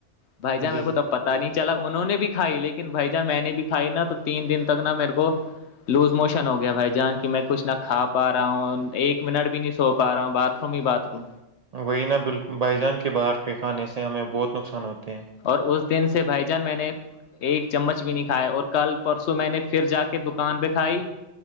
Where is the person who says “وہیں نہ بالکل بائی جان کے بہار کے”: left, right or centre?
Right